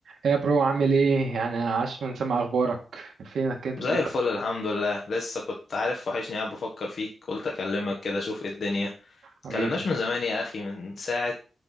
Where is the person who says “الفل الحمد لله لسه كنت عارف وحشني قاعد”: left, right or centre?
Left